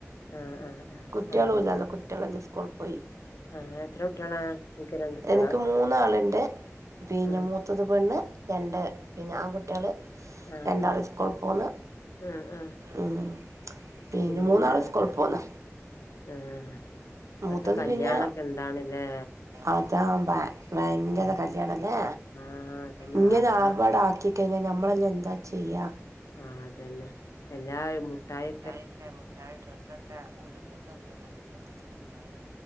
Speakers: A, on the left (about 85°); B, on the right (about 85°).
A: ആഹ് ആഹ് ആഹ്
B: കുട്ടികളുമില്ലായിരുന്ന്
A: അങ്ങനെയാണ്
B: കുട്ടികളെല്ലാം സ്കൂളി പോയി
A: ആഹ് എത്ര കുട്ടികളാ നിങ്ങക്ക് രണ്ട് കുട്ടികളാ
B: എനിക്ക് മൂന്നാള്ണ്ട് പിന്നെ
A: ആഹ്
B: മൂത്തത് പ ണ്ണ് രണ്ട് പിൻ ആൺ കുട്ടികള്
A: ആഹ്
B: രണ്ടാള്
A: ആഹ്
B: സ്കൂൾ പോന്ന്
A: ആഹ് ആഹ്
B: ഉം പിന്നെ
A: പിന്നെന്താ
B: മൂന്നാള് സ്കൂള് പോന്ന്
A: ആഹ് ഇപ്പത്തെ
B: മൂത്തത്
A: കല്യാണൊക്കെ
B: പിന്നെ
A: എന്താണല്ലേ
B: അതാ ഭയങ്കര
A: ഭയങ്കര
B: കല്യാണല്ലേ
A: ആഹ് അതന്നെ
B: ഇങ്ങനെ
A: ആർഭാ
B: ആർപാടാക്കി കഴിഞ്ഞാ നമ്മളെല്ലാം എന്താ ചെയ്യാ
A: ആഹ് അതന്നെ എല്ലാ മുട്ടായി
B: മുട്ടായൊക്കെ മുട്ടായി ഡ്രസ്സൊക്കെ ഒരു കൂട്ടംന്നല്ല രണ്ടും മൂന്നും നാലും